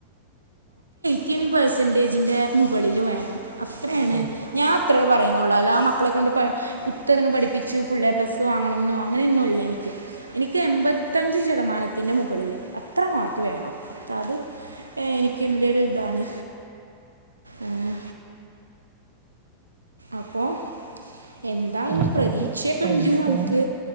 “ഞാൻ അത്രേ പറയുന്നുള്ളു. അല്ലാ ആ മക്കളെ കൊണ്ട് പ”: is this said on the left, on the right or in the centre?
Right